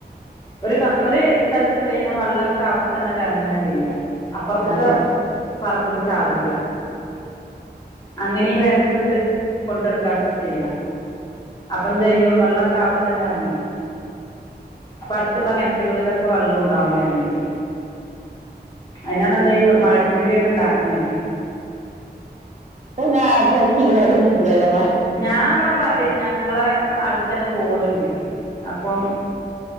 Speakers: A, on the left; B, on the right.
A: ഒരു ഒരു സ്ഥലത്ത് പെയ്യ്ണ വെള്ളക്കെ അവിടെ തന്നെ എറങ്ങ ചെയ്യ അപ്പറത്ത്ത്തെ
B: അതെ ഇപ്പൊ
A: പറമ്പ്ക്ക്‌ ചാടൂല അങ്ങനെ വരബ്ട്ട് കൊണ്ടടുക്കാൻ ചെയ്യ അപ്പൊ എന്ത്‌യ്യും വെള്ളൊക്കെ അവിടെ തന്നെ ഇറങ്ങും അപ്പൊ അടുത്തുള്ള കിണറ്റുകളിലൊക്കെ വെള്ളം ഉണ്ടാവും വേനൽക് അതിനാണല്ല ഈ മഴക്കുഴിയൊക്കെ ഉണ്ടാക്കുന്നത്
B: ഇപ്പ പിന്നെ അഞ്ചാതി പരിപാടിയൊന്നും ഇല്ല്യല്ലെ
A: ഞാൻ ഇവിടെ പറയും ഞങ്ങളെ അടുത്ത തന്നെ തോടുണ്ട് അപ്പം